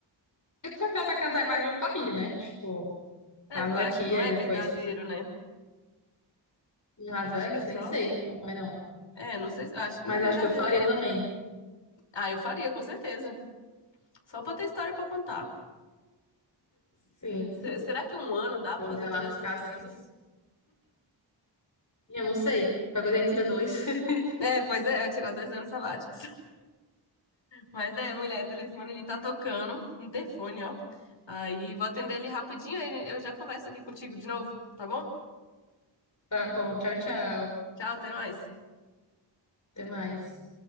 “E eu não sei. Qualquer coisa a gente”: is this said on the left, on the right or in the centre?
Left